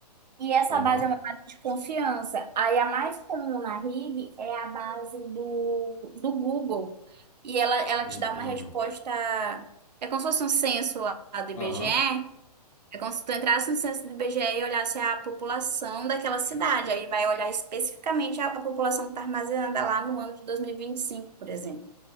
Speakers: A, on the right; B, on the left.
A: E essa
B: Aham.
A: base é uma base de confiança. Aí a mais comum na RIB é a base do, do Google. E ela, ela
B: Hum.
A: te dá uma resposta. É como se fosse um censo lá do IBGE.
B: Aham,
A: É como se tu entrasse no censo do IBGE e e olhasse a população daquela cidade. Aí vai olhar especificamente a, população que está armazenada lá no ano de dois mil e e vinte e cinco por exemplo.